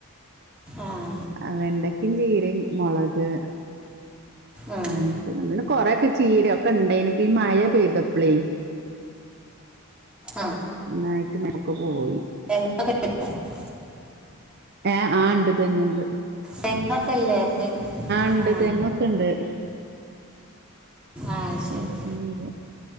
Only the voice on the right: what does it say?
ആ വെണ്ടയ്ക്കും ചീരയും മുളക്
അങ്ങനത്തെ പിന്നെ കൊറെയൊക്കെ ചീ രയൊക്കെ ഇണ്ടായിനു ഇപ്പ ഈ മഴ പെയ്തപ്പളേ
ഒന്നായിട്ട് മയക്ക് പോയി
ഏ ആ ഇണ്ട് തെങ്ങ്ണ്ട്
ഉണ്ട്
തെങ്ങൊക്കെ ഉണ്ട്
ഇപ്പൊന്നുല്ല